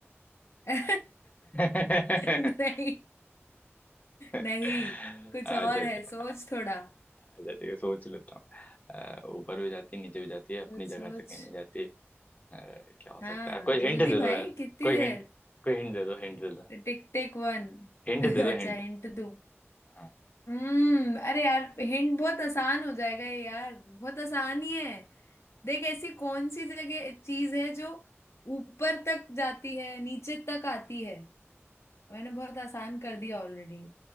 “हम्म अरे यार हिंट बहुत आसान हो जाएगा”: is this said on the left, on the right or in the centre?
Left